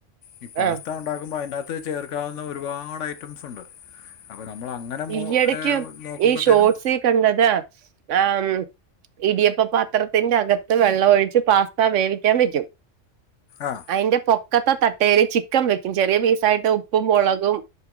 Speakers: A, on the left (about 75°); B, on the right (about 75°).
A: ഈ പാസ്ത
B: ആ
A: ഉണ്ടാക്കുമ്പോ അതിന്റെ ത്ത് ചേർക്കാവുന്ന ഒരുപാട് ഐറ്റംസ് ഉണ്ട് അപ്പൊ നമ്മൾ അങ്ങനെ മോ
B: ഈയിടക്ക്
A: ഏഹ് നോക്കുമ്പോത്തേനും
B: ഈ ഷോർട്സ് കണ്ടതാ ആം ഇടിയപ്പ പാത്രത്തിന്റെഅകത്തു വെള്ള ഒഴിച്ച് പാസ്തവേവിക്കാൻ വെക്കും
A: ആഹ്
B: അയിന്റെ പൊ മുക്കത്ത തട്ടേരി ചിക്കൻ വെക്കും ചെറിയ പീസായിട്ട് ഉപ്പും മുളകും